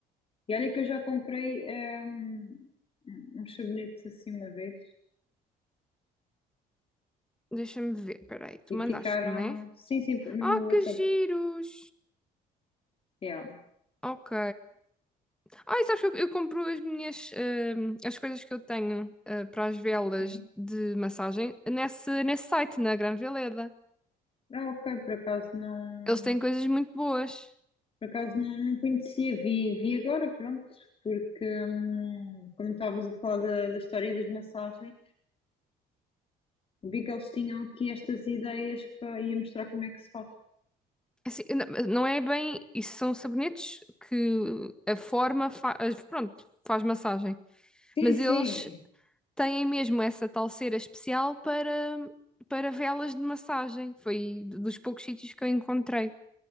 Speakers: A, on the left; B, in the centre.
A: E olha que eu já comprei hum, uns sabonetes assim uma vez.
B: Deixa-me ver, espera aí, tu
A: E ficaram,
B: mandaste, né?
A: sim, sim, no
B: Ah,
A: WhatsApp,
B: que giros!
A: yeah,
B: Ok. Ai, sabes que eu, eu compro as minhas, hum, as coisas que eu tenho, ah, para as velas
A: sim.
B: de massagem nesse, nesse site, na Gran Veleda.
A: Ah, ok, por acaso não,
B: Eles têm coisas muito boas.
A: por acaso não, não conhecia, vi, vi agora, pronto, porque hum, como estavas a falar da, da história e das massagens, vi que eles tinham aqui estas ideias para ia mostrar como é que se faz.
B: Assim, n- não é bem, isso são sabonetes que a forma faz, pronto, faz massagem.
A: Sim,
B: Mas
A: sim,
B: eles têm mesmo essa tal cera especial para, para velas de massagem. Foi dos poucos sítios que eu encontrei.